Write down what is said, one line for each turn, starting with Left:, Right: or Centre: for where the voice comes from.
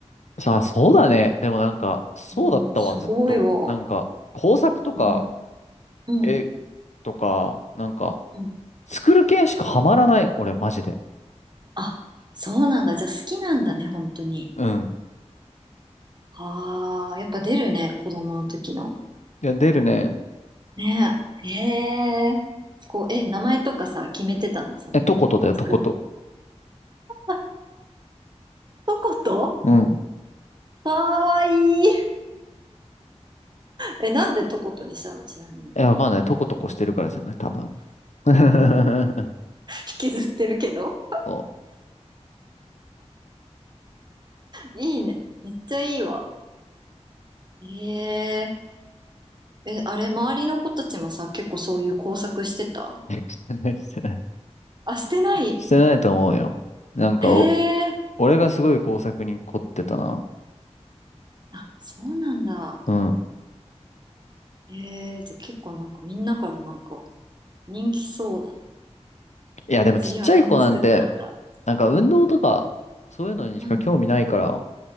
Left: う。さあ、そうだね。でもなんか、そうだったわ、
Right: うん、すごいわ。
Left: ずっと。なんか、工作とか、
Right: うん、うん、
Left: 絵とか、なんか、
Right: うん。
Left: 作る系しかハマらない、俺、マジで。
Right: あ、そうなんだ。じゃあ好きなんだね、本当に。
Left: うん。
Right: ああ、やっぱ出るね、子供の時の。
Left: いや、出るね。
Right: ねえ。へえ。こうえ、名前とかさ、決めてたのその、
Left: え、とことだよ、
Right: 作ったの。
Left: とこと。
Right: あ、トコト
Left: うん。
Right: かわいい。え、なんでトコトにしたのちなみに。
Left: え、
Right: <laughs>
Left: わかんない。とことこしてるからじゃない多分。<laughs>
Right: 引きずってるけど。
Left: そ
Right: いいね。めっちゃいいわ。へえ。え、あれ、周りの子たちもさ、結構そういう工作してた
Left: う。してない、してない。
Right: あ、してない
Left: してないと思うよ。なんかお、
Right: ええー
Left: 俺がすごい工作に凝ってたな。
Right: あ、そうなんだ。
Left: うん。
Right: ええーじゃあ結構なんかみんなからなんか人気そうだね。
Left: いや、でもちっちゃい子なんて、
Right: 次は何作ったんだ。
Left: なんか運動とか、そういうのにしか興味ないから、
Right: うん。